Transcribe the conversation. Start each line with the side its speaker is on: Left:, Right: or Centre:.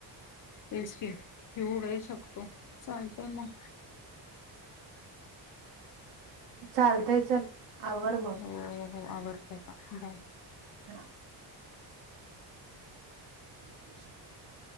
Left: टेस्टी कि वगैरे शकतो चालतय मग
Right: चालतय चल आवर मग
Left: हो आवडतेय का बाय
Right: हा <unintelligible>